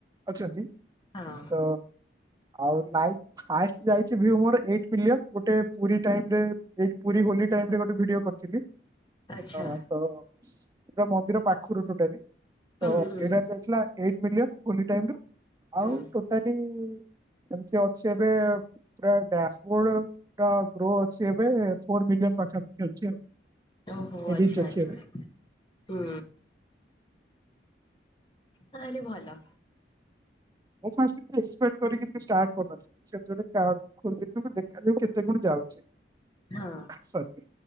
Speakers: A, on the right; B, on the left.
A: ଅଛନ୍ତି।
B: ହଁ।
A: ତ ଆଉ ଲାଇକ୍ ହାଇଏଷ୍ଟ ଯାଇଚି ଭ୍ୟୁ ମୋର ଏଇଟ୍ ମିଲିଅନ ଗୋଟେ ପୁରୀ ଟାଇମ୍ ରେ ଏଇ ପୁରୀ ହୋଲି ଟାଇମ୍ ରେ ଗୋଟେ ଭିଡିଓ କରିଥିଲି।
B: ଆଚ୍ଛା
A: ହଁ ତ ପୁରା ମନ୍ଦିର ପାଖରୁ ଟୋଟାଲି। ତ
B: ହୁଁ ହୁଁ
A: ସେଇଟା ଯାଇଥିଲା ଏଇଟ୍ ମିଲିଅନ୍ ହୋଲି ଟାଇମ୍ ରେ
B: ହୁଁ
A: ଆଉ ଟୋ ଟାଲି ଏମିତି ଅଛି ଏବେ ପୁରା ଡ୍ୟାସ ବୋର୍ଡ ପୁରା ଗ୍ରୋ ଅଛି ଏବେ ଫୋର ମିଲିୟନ ପାଖାପାଖି ଅଛି ଆଉ
B: ଓହୋ
A: ଏରିଚ୍
B: ଆଚ୍ଛା
A: ଅଛି
B: ଆଚ୍ଛା
A: ଏବେ
B: ହୁଁ ତାହେଲେ ଭଲ
A: ମୁଁ ଫାଷ୍ଟ୍ ଏକ୍ସପେକ୍ଟ କରିକି କିଛି ଷ୍ଟାର୍ଟ କରିନଥିଲି ସେମିତି ଗୋଟେ କ୍ରାଫ୍ଟ ଖୋଲିଦେଇଥିଲି ତ ଦେଖାଯାଉ କେତେ କଣ ଯାଉଛି
B: ହଁ
A: ସରି